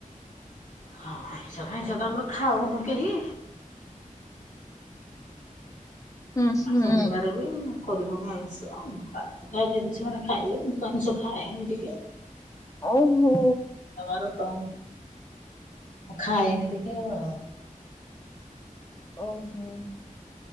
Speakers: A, on the left (about 65°); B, on the left (about 25°).
A: ହଁ ଆଇଁସ ଫାଇଁସ ତ ଆମର ଖାଉନୁ କେହି।
B: ହୁଁ ହୁଁ
A: ଆ ଶନିବାର ବି। କରିବୁନି ଆଇଁଷ ଆଉ ଆଜି ଯା ଯେମିତି ସେମାନେ ଖାଇବେ ମୁଁ ତ ଆଇଁଷ ଖାଏନି ଟିକେ।
B: ଓହୋ।
A: ଆମର ତ ମୁ ଖାଏନି ଟିକେ ଆଉ।
B: ଓହୋ।